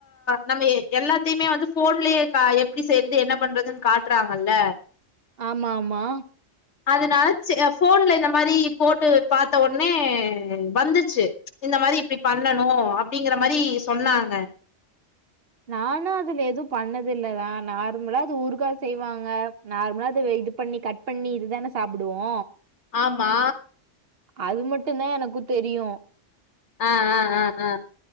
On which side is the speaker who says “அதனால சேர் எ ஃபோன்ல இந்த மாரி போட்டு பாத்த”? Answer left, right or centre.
Left